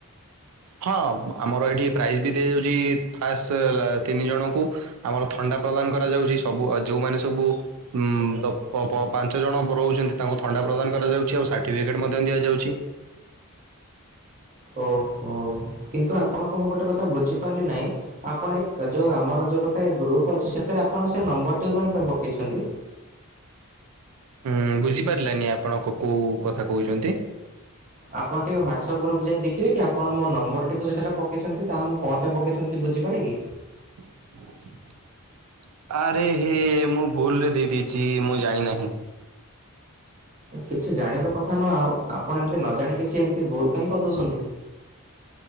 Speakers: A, on the right; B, on the right.
A: ହଁ ଆମର ଏଇଠି ପ୍ରାଇଜ ବି ଦିଆଯାଉଛି ଫାଷ୍ଟ ତିନି ଜଣଙ୍କୁ। ଆମର ଥଣ୍ଡା ପ୍ରଦାନ କରାଯାଉଛି ସବୁ ଯୋଉମାନେ ସବୁ ଉଁ ପାଞ୍ଚ ଜଣ ରହୁଛନ୍ତି ତାଙ୍କୁ ଥଣ୍ଡା ପ୍ରଦାନ କରାଯାଉଛି ଆଉ ସାର୍ଟିଫିକେଟ୍ ମଧ୍ୟ ଦିଆଯାଉଛି।
B: ଓହୋ। କିନ୍ତୁ ଆପଣଙ୍କୁ ମୁଁ ଗୋଟେ କଥା ବୁଝିପାରିଲି ନାହିଁ ଆପଣ ଯୋଉ ଆମର ଯୋଉ ଗୋଟେ ଗ୍ରୁପ୍ ଅଛି ସେଥିରେ ଆପଣ ସେ ନମ୍ବରଟିକୁ କଣ ପାଇଁ ପକେଇଛନ୍ତି?
A: ଉୁଁ ବୁଝିପାରିଲାନି ଆପଣ କୋଉ କଥା କହୁଛନ୍ତି?
B: ଆପଣ ଟିକେ ହ୍ୱାଟ୍ସଆପ୍ ଗ୍ରୁପ୍ ଯାଇ ଦେଖେ ଆପ ମୋ ନମ୍ବରଟିକୁ ସେଠାରେ ପକାଇଛନ୍ତି ତାହା ମୁଁ କଣ ପକେଇଛନ୍ତି ସେ ବୁଝିପାଇଲେ କି?
A: <inaudible> ଆରେ ହେ ମୁଁ ଭୁଲ ରେ ଦେଇ ଦେଇେଇଛି ମୁଁ ଜାଣି ନାହିଁ।
B: କିଛି ଜାଣିବା କଥା ନୁହ ଆଉ ଆପଣ ଏମିତି ନ ଜାଣଣି କିଛି ଏମିତି ଭୁଲ କାହିଁ କହିଦଉଛନ୍ତି।